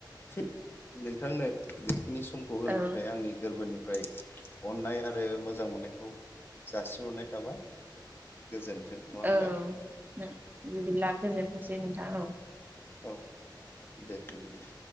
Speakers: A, on the left; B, on the right.
A: फिन <unintelligible> नोंथांनो बेखिनि समखौ होनो
B: औ
A: थाखाय आंनि गोरबोनि फ्राय अन्नाय आरो मोजां मोननायखौ जासिहरनाय थाबाय। गोजोन्थों नङा होमबा
B: औ बिदिब्ला गोजोनथोंसै नोंथां औ।
A: औ दे बिदिब्ला।